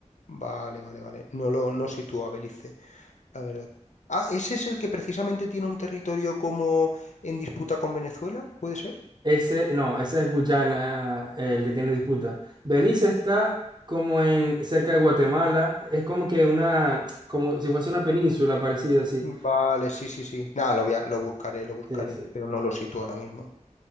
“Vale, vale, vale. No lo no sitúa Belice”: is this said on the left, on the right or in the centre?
Left